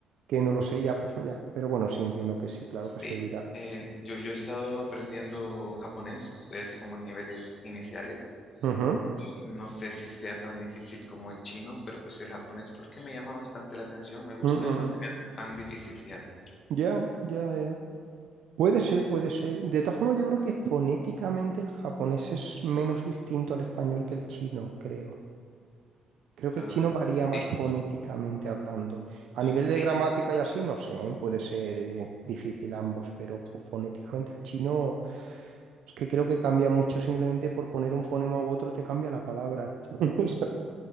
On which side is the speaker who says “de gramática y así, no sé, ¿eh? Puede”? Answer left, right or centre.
Right